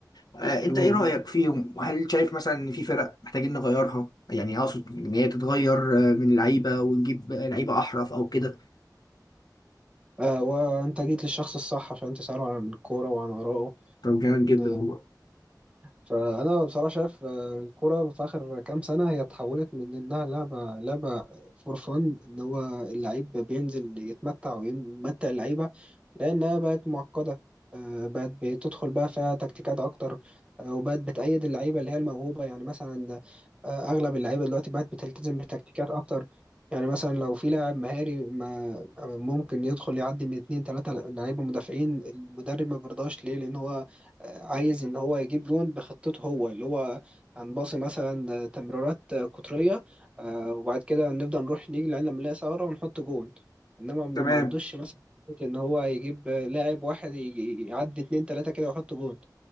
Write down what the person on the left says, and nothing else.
آه، انت
ايه رأيك فيهم وهل شايف مثلا ان في فرق محتاجين نغيرها يعني اقصد ان هي تتغير آه، من لعيبة ونجيب لعيبة احرف او كده
طب جامد
جدا والله
تمام